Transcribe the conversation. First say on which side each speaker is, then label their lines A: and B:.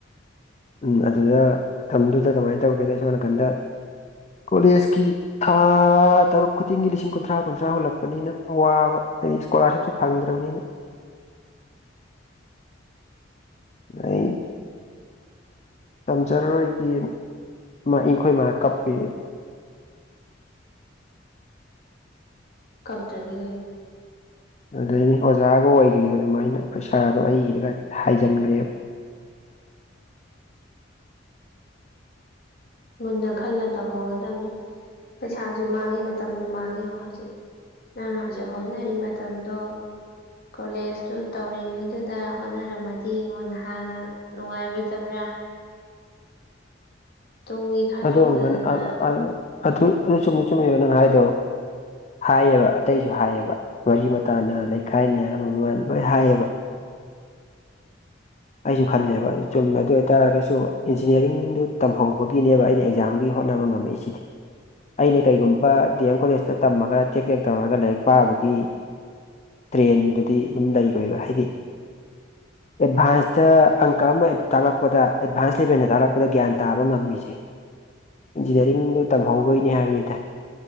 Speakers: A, on the left; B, on the left.
A: ꯎꯝ ꯑꯗꯨꯗ ꯃꯇꯝꯗꯨꯗ ꯀꯃꯥꯏꯅ ꯇꯧꯒꯦꯗ ꯁꯣꯝ ꯅꯥꯀꯟꯗ ꯀꯣꯂꯦꯖꯀꯤ ꯊꯥ ꯇꯔꯨꯛ ꯈꯨꯗꯤꯡꯒꯤ ꯂꯤꯁꯤꯡ ꯀꯨꯟꯊ꯭ꯔꯥ ꯀꯨꯟꯊ꯭ꯔꯥ ꯍꯨꯜꯂꯛꯄꯅꯤꯅ ꯑꯋꯥꯕ ꯍꯥꯏꯗꯤ ꯏꯁꯀꯣꯂꯥꯔꯁꯤꯞꯁꯨ ꯐꯪꯗ꯭ꯔꯕꯅꯤꯅ ꯅ <unintelligible> ꯇꯝꯖꯔꯔꯣꯏꯒꯤ ꯑꯩꯈꯣꯏ ꯃꯥꯥ ꯀꯞꯄꯦ
B: ꯀꯞꯇꯔꯗꯤ ꯀꯩꯅꯣ
A: ꯑꯗꯨꯗꯩꯅꯤ ꯑꯣꯖꯥꯒ ꯑꯣꯏꯈꯤꯕꯗꯣ ꯑꯗꯨꯃꯥꯏꯅ ꯄꯩꯁꯥꯗꯣ ꯑꯩꯒꯤꯗꯒ ꯍꯥꯏꯖꯤꯟꯈ꯭ꯔꯦꯕ
B: ꯃꯨꯟꯅ ꯈꯜꯂ ꯇꯧꯍꯧꯒꯗꯕꯅꯤ ꯄꯩꯁꯥꯁꯨ ꯃꯥꯡꯉꯤ ꯃꯇꯝꯁꯨ ꯃꯥꯡꯉꯦ ꯍꯧꯖꯤꯛ ꯅꯪꯅ ꯍꯧꯖꯤꯛ ꯍꯣꯠꯅꯔꯤ ꯃꯇꯝꯗꯣ ꯀꯣꯂꯦꯖꯇꯨ ꯇꯧꯔꯤꯉꯩꯗꯨꯗ ꯍꯣꯠꯅꯔꯝꯃꯗꯤ ꯌꯦꯡꯉꯣ ꯅꯍꯟꯅ ꯅꯨꯡꯉꯥꯏꯔꯣꯏꯗꯕ꯭ꯔꯥ ꯇꯨꯡꯒꯤ ꯈꯜꯍꯧꯗꯗꯅ
A: ꯑꯗꯨ ꯑꯃꯨꯛꯀꯅ ꯑ ꯑꯊꯨ ꯑꯗꯨ ꯆꯨꯝꯗꯤ ꯆꯨꯝꯃꯦꯕ ꯅꯪ ꯍꯥꯏꯗꯣ ꯍꯥꯏꯌꯦꯕ ꯑꯇꯩꯁꯨ ꯍꯥꯏꯌꯦꯕ ꯃꯔꯤ ꯃꯇꯥꯅ ꯂꯩꯀꯥꯏꯅ ꯑꯃꯃꯟ ꯂꯣꯏ ꯍꯥꯏꯌꯦꯕ
B: <unintelligible>
A: ꯑꯩꯁꯨ ꯈꯜꯂꯦꯕ ꯑꯗꯨ ꯆꯨꯝꯃꯦ ꯑꯗꯨ ꯑꯣꯏꯇꯥꯔꯒꯁꯨ ꯏꯟꯖꯤꯅꯤꯌꯥꯔꯤꯡꯗꯨ ꯇꯝꯍꯧꯕ ꯒꯤꯅꯦꯕ ꯑꯩꯅ ꯑꯦꯛꯖꯥꯝꯒꯤ ꯍꯣꯠꯅꯕ ꯉꯝꯃꯛꯏꯁꯤꯗꯤ ꯑꯩꯅ ꯀꯩꯒꯨꯝꯕ ꯗꯤ ꯑꯦꯝ ꯀꯣꯂꯦꯖꯇ ꯇꯝꯃꯒ ꯇꯦꯛ ꯇꯦꯛ ꯇꯧꯔꯒ ꯂꯥꯏꯔꯤꯛ ꯄꯥꯕꯒꯤ ꯇ꯭ꯔꯦꯟꯗꯨꯗꯤ ꯑꯗꯨꯝ ꯂꯩꯔꯣꯏꯕ ꯍꯥꯏꯗꯤ
B: <unintelligible>
A: ꯑꯦꯗꯚꯥꯟꯁꯇ ꯑꯪꯀ ꯑꯃ ꯍꯦꯛ ꯇꯥꯛꯂꯛꯄꯗ ꯑꯦꯗꯚꯥꯟꯁ ꯂꯦꯚꯦꯜꯗ ꯇꯥꯛꯂꯛꯄꯗ ꯒ꯭ꯌꯥꯟ ꯇꯥꯕ ꯉꯝꯃꯤꯁꯦ ꯏꯟꯖꯤꯅꯤꯌꯥꯔꯤꯡꯗꯣ ꯇꯝꯍꯧꯕꯒꯤꯅꯤ ꯍꯥꯏꯕꯅꯤꯗ